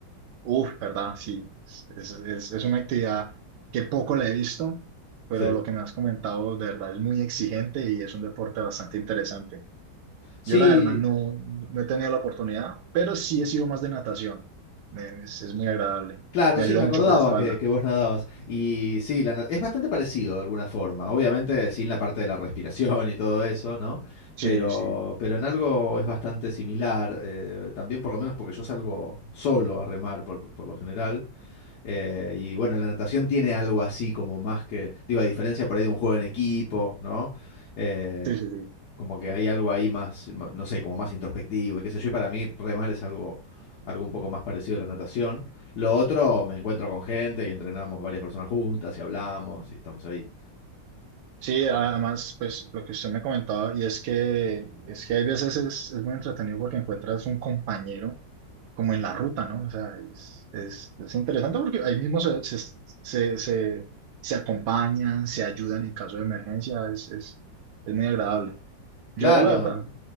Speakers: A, on the right; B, on the left.
A: Uf, ¿verdad? Sí, es, es, es una actividad que poco la he visto, pero
B: Sí.
A: lo que me has comentado de verdad es muy exigente y es un deporte bastante interesante.
B: Sí,
A: Yo la verdad no, no he tenido la oportunidad, pero sí he sido más de natación. Me- Es, es muy agradable.
B: Claro,
A: Me
B: sí,
A: ayuda
B: me acordaba
A: mucho por la espalda.
B: que, que vos nadabas. Y sí, la na- es bastante parecido de alguna forma. Obviamente sin la parte de la respiración y todo eso, ¿no?
A: Sí,
B: Pero,
A: sí,
B: pero en algo es bastante similar. eh, también por lo menos porque yo salgo solo a remar por, por lo general. eh, y bueno, la natación tiene algo así como más que, digo, a diferencia por ahí de un juego en equipo, ¿no? Eh,
A: sí, sí, sí.
B: como que hay algo ahí más, no sé, como más introspectivo y qué sé yo. Y para mí remar es algo, algo un poco más parecido a la natación. Lo otro, me encuentro con gente y entrenamos varias personas juntas y hablamos y estamos ahí.
A: Sí, además, pues lo que usted me comentaba, y es que, es que hay veces es, es muy entretenido porque encuentras un compañero como en la ruta, ¿no? O sea, es, es, es interesante porque ahí mismo se, se, se, se, se acompañan, se ayudan en caso de emergencia, es, es, es muy agradable. Yo,
B: Claro,
A: la verdad,